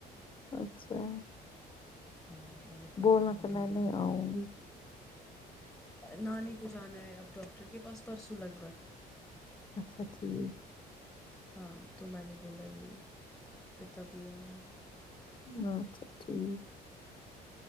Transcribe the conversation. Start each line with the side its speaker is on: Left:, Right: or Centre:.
Left: اچھا
Centre: ہاں میں نے بولا
Left: بولنا
Centre: آؤں
Left: تو
Centre: گی
Left: میں نہیں آؤں گی
Centre: نانی کو جانا ہے اب ڈاکٹر کے پاس پرسوں لگ بھگ
Left: اچھا ٹھیک
Centre: ہاں تو میں نے بولا یہ پھر تبھی آؤں گی
Left: اچھا ٹھیک